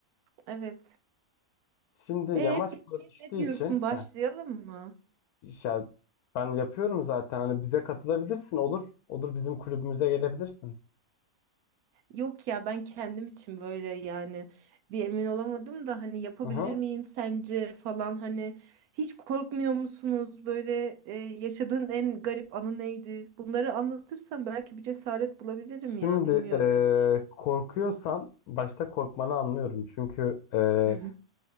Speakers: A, on the right; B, on the left.
A: Evet.
B: Şimdi yamaç
A: E peki
B: paraşütü
A: ne diyorsun?
B: için
A: Başlayalım
B: heh,
A: mı?
B: ya ben yapıyorum zaten. Hani bize katılabilirsin olur. Olur bizim kulübümüze gelebilirsin.
A: Yok ya ben kendim için böyle yani bir emin olamadım da hani yapabilir
B: Hı hı.
A: miyim sence falan hani hiç korkmuyor musunuz böyle e, yaşadığın en garip anı neydi? Bunları anlatırsam belki bir cesaret bulabilirim
B: Şimdi
A: ya bilmiyorum.
B: e, korkuyorsan başta korkmanı anlıyorum. Çünkü e,
A: Hı hı.